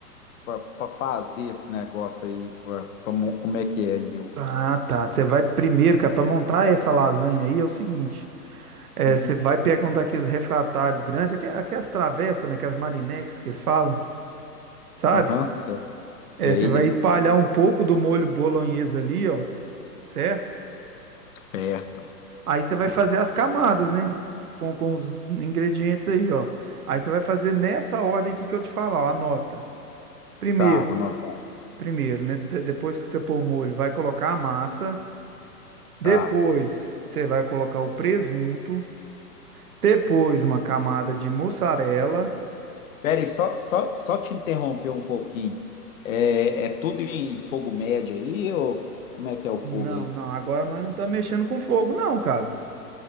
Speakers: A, on the left; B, on the right.
A: pra pra fazer esse negócio aí, pra, pra mo- como é que é aí? Eu...
B: Ah, tá. Você vai primeiro, cara, para montar essa lasanha aí é o seguinte. É,
A: Uhum.
B: você vai pegar um daqueles refratários grandes, aque- aquelas travessas, né? Aquelas marinex que eles falam, sabe?
A: Aham, fe-
B: É,
A: feia,
B: você vai espalhar um pouco do molho bolonhesa ali, ó, certo?
A: certo.
B: Aí você vai fazer as camadas, né? Com, com os ingredientes aí, ó. Aí você vai fazer nessa ordem aqui que eu te falar, ó, anota. Primeiro,
A: Tá, vou anotar.
B: primeiro, né? de- depois que você pôr o molho, vai colocar a massa. Depois,
A: Tá.
B: você vai colocar o presunto. Depois uma camada de mussarela.
A: Peraí, só, só, só te interromper um pouquinho. É, é tudo em fogo médio aí, ou como é que é o fogo
B: Não,
A: aí?
B: não, agora nós não estamos mexendo com fogo, não, cara.